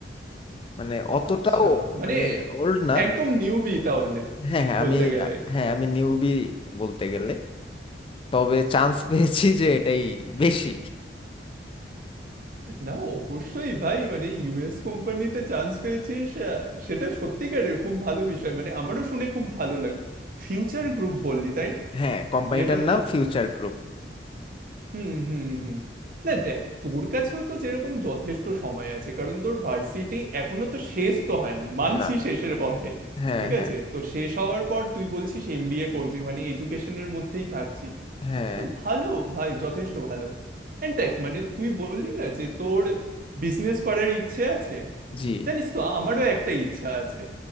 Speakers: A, on the left; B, on the right.
A: মানে অতটাও
B: আচ্ছা মানে
A: মানে ওল্ড না
B: একদম নিউবি তাহলে
A: হ্যাঁ হ্যাঁ
B: বলতে
A: আমি
B: গেলে
A: হ্যাঁ আমি নিউবি বলতে গেলে তবে চান্স পেয়েছি যে এটাই বেশি
B: না অবশ্যই ভাই মানে ইউএস কোম্পানিতে চান্স পেয়েছিস আহ, সেটা সত্যিকারের খুব ভালো বিষয় মানে আমারও শুনে খুব ভালো লাগলো ফিউচার গ্রুপ বললি তাই না
A: হ্যাঁ কোম্পানিটার
B: ইয়েটার
A: নাম
B: নাম
A: ফিউচার গ্রুপ
B: হুম হুম হুম না দেখ তোর কাছেও তো যেরকম যথেষ্ট সময় আছে কারণ তোর ভার্সিটি এখনো তো শেষ তো হয়নি মানছি
A: না
B: শেষের পথে
A: হ্যাঁ
B: ঠিক
A: হ্যাঁ
B: আছে তো শেষ হওয়ার পর তুই বলছিস এমবিএ করবি মানে এডুকেশনের মধ্যেই থাকছিস
A: হ্যাঁ
B: তো ভালো ভাই যথেষ্ট ভালো এন্ড দেখ মানে তুই বললি না যে তোর বিজনেস করার ইচ্ছে আছে
A: জি
B: জানিস তো আমারও একটা ইচ্ছা আছে